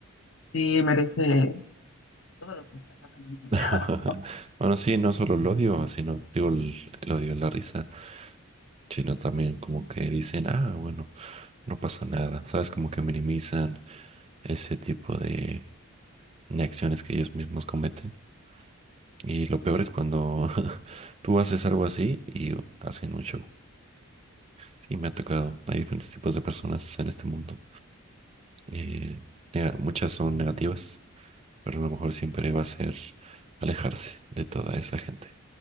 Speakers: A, on the left; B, on the right.
A: sí merece todo lo que está pasando en su vida.
B: <laughs> Bueno, sí, no solo el odio, sino digo el, el odio y la risa, sino también como que dicen, ah, bueno, no pasa nada. ¿Sabes? Como que minimizan ese tipo de, de acciones que ellos mismos cometen. Y lo peor es cuando <laughs> tú haces algo así y hacen mucho Sí, me ha tocado. Hay diferentes tipos de personas en este mundo. Eh, nega- muchas son negativas, pero a lo mejor siempre va a ser alejarse de toda esa gente.